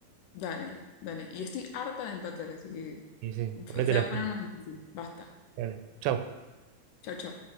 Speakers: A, on the left; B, on the right.
A: Dale, dale. Y estoy harta de empatar, así que
B: Y sí, ponete
A: se
B: las
A: va a poner
B: pilas.
A: más difícil. Basta.
B: Dale. Chau.
A: Chao, chao.